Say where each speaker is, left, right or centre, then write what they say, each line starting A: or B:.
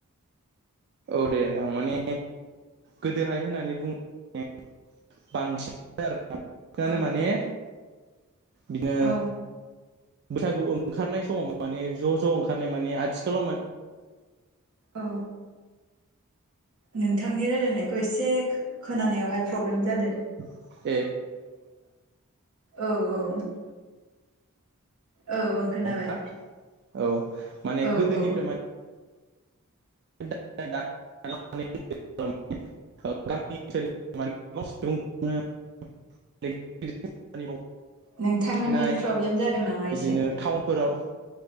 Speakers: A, on the right (about 50°); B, on the right (about 75°).
A: औ दे ओनथां माने गोदोहाय होननानै बुङो बांसिन आरो ना बांसिनानो
B: औ
A: माने बिदिनो
B: औ
A: बैसागु ओंखारनाय समाव माने ज' ज' ओंखारनाय माने आथिखालाव
B: औ नोंथांनि रायलायनायखौ एसे खोनानायावहाय प्रब्लेम जादो।
A: <unintelligible> अ
B: औ औ औ ओं खोनाबाय।
A: हा अ माने
B: औ
A: गोदोनिफ्राय
B: औ
A: मा <unintelligible> <unintelligible> फैनाय
B: नोंथांना नेट प्रब्लेम जादों नामा
A: बिदिनो
B: एसे
A: टाउनफोराव